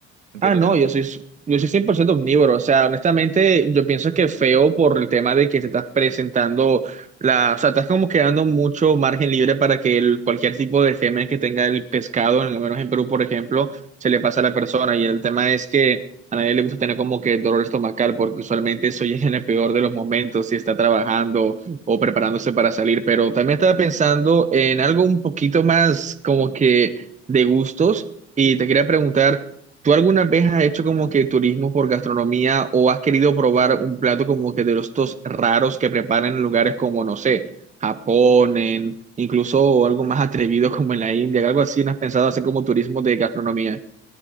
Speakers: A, on the right; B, on the right.
A: Entiendo
B: Ah, no,
A: que no.
B: yo soy, s- yo soy 100% omnívoro. O sea, honestamente, yo pienso que feo por el tema de que te estás presentando la, o sea, estás como quedando mucho margen libre para que el, cualquier tipo de germen que tenga el pescado, al menos en Perú, por ejemplo, se le pasa a la persona. Y el tema es que a nadie le gusta tener como que dolor estomacal, porque usualmente eso llega en el peor de los momentos, si está trabajando o preparándose para salir. Pero también estaba pensando en algo un poquito más como que de gustos. Y te quería preguntar. ¿Tú alguna vez has hecho como que turismo por gastronomía o has querido probar un plato como que de los estos raros que preparan en lugares como, no sé, Japón, en- incluso algo más atrevido como en la India, algo así? ¿No has pensado hacer como turismo de gastronomía?